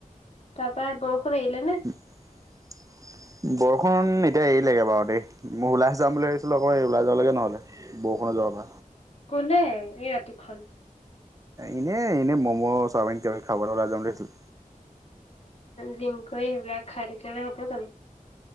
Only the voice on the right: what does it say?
<inaudible> বৰষুণ এতিয়া এৰি লাগে বাৰু দেই, মই ওলাই যাম বুলি ভাবিছিলোঁ আকৌ ওলাই যাব লগে নহ'লে। বহুষুণত যাব
এনে এনেই ম'ম' চাওমিন কি বা কিবি খাবলৈ ওলাই যাম বুলি ভাবিছিলো।